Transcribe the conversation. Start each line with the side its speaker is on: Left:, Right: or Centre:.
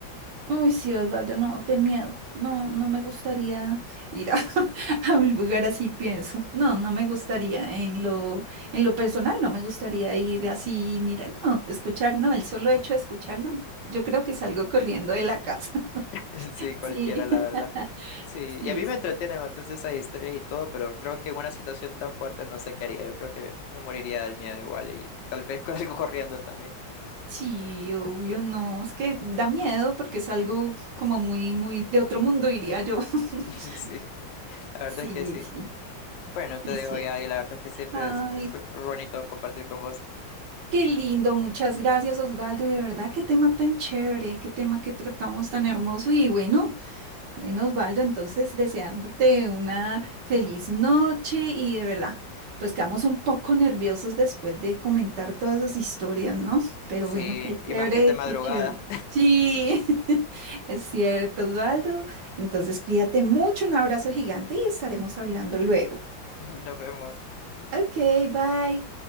Right: Uy, sí, Osvaldo, no, de miedo. No, no me gustaría ir a, <laughs> a un lugar así, pienso. No, no me gustaría en lo, en lo personal, no me gustaría ir así, mira, no, escuchar, no, el solo hecho de escucharlo, yo creo que salgo corriendo de la casa. <laughs>
Left: <laughs> Sí, cualquiera,
Right: Sí,
Left: la
Right: <laughs>
Left: verdad. Sí,
Right: sí,
Left: y a mí
Right: sí.
Left: me entretienen bastante esas historias y todo, pero creo que en una situación tan fuerte no sé qué haría. Yo creo que me moriría del miedo igual y tal vez <laughs> con algo corriendo también.
Right: Sí, obvio, no, es que da miedo porque es algo como muy, muy de otro mundo, diría yo. <laughs>
Left: <laughs> Sí, la verdad
Right: Sí,
Left: es que sí.
Right: sí,
Left: Bueno, te
Right: es
Left: dejo
Right: cierto.
Left: ya y la verdad es que siempre
Right: Ay,
Left: es súper bonito compartir con vos.
Right: qué lindo, muchas gracias, Osvaldo, y de verdad, qué tema tan chévere, qué tema que tratamos tan hermoso y bueno. Bueno, Osvaldo, entonces deseándote una feliz noche y de verdad, pues quedamos un poco nerviosos después de comentar todas esas historias, ¿no? Pero
Left: Sí,
Right: bueno, qué
Left: y
Right: chévere,
Left: más que de madrugada.
Right: qué chévere. Sí, <laughs> es cierto, Osvaldo. Entonces cuídate mucho, un abrazo gigante y estaremos hablando luego.
Left: <laughs> Nos vemos.
Right: Ok, bye.